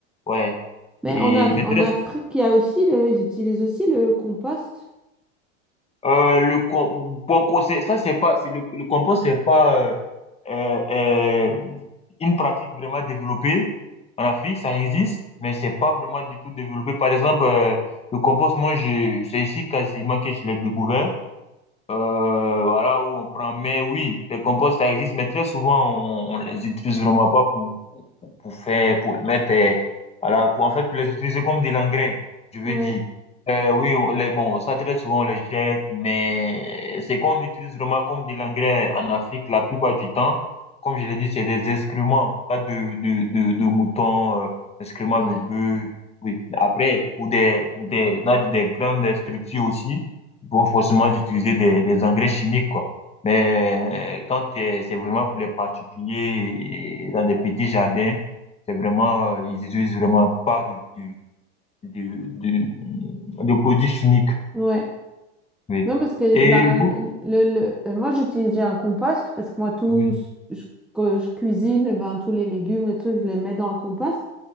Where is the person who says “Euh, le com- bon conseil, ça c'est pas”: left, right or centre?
Left